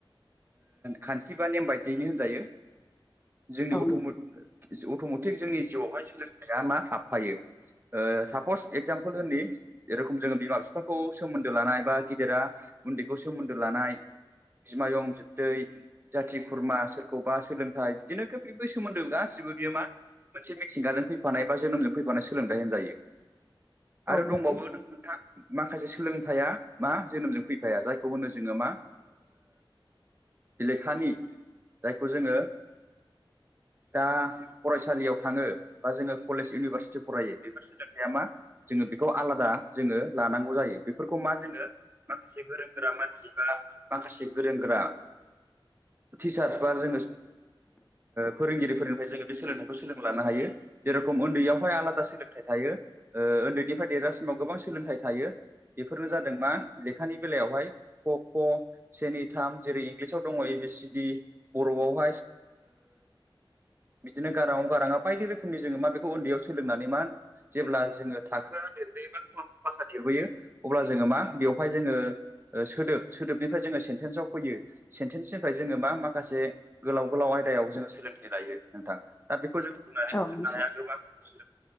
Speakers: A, on the right; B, on the left.
A: खान्थि बा नेम बायदियैनो होनजायो। जोंनि
B: औ
A: अट
B: नोंथां
A: अट'मेटिक जोंनि जिउआवहाय सोलोंथाइया मा हाबफायो। सापस एक्जामपोल होनि जेरखम जोङो बिमा बिफाखौ सोमोन्दो लानाय बा गिदेरा। उन्दैखौ सोमोन्दो लानाय। बिमायं बिबथै जाथि खुरमा सोरखौबा सोलोंथाइ बिदिनो खोब सोमोन्दो गासिबो। यो मा मोनसे मिथिंगाजों फैफानाय बा जोनोमजों फैफानाय। सोलोंथाइ होनजायो आरो
B: औ नोंथां
A: दंबावो नोंथां। माखासे सोलोंथाइया मा जोनोमजों फैफाया जायखौ होनो जोङो मा। बबेखानि जायखौ जोङो दा फरायसालियाव थाङो बा जोङो कलेज इउनिभारसिटि फरायो बेफोर सोलोंथाइया मा जोङो बेखौ आलादा जोङो लानांगौ जायो। बेफोरखौ मा जोङो माखासे गोरों गोरा मानसि बा माखासे गोरों गोरा टिचार बा जोङो। फोरोंगिरिफोरनिफ्राय जोङो बे सोलोंथखौ सोलों लानो हायो जेर सोलोंथाइ थायो उन्दैनिफ्राय देरगासिमाव गोबां सोलोंथाइ थायो बेफोरनो जादों मा। लेखानि बेलायावहाय ख ख' से नै थाम जेरै इंलिसाव दङ ए बि सि डि बर'आव। बिदिनो गाराव गाराङा बायदि रोखोमनि जोङो मा बेखौ उन्दैयाव सोलोंनानै। जेब्ला जोङो थाखोआ देरबोयोबा देरबोयो अब्ला जोङो मा बेवहाय जोङो। सोदोब सोदोबनिफ्राय जोङो सेन्टेन्सआव फैयो सेन्टेन्सनिफ्राय जोङो मा माखासे। गोलाव गोलाव आयदायाव जोङो सोलोंथाइ लायो नोंथां दा बेखौ जों बुंनानै फोजोबनो
B: औ नोंथां
A: हाया गोबां दङ सोलोंथ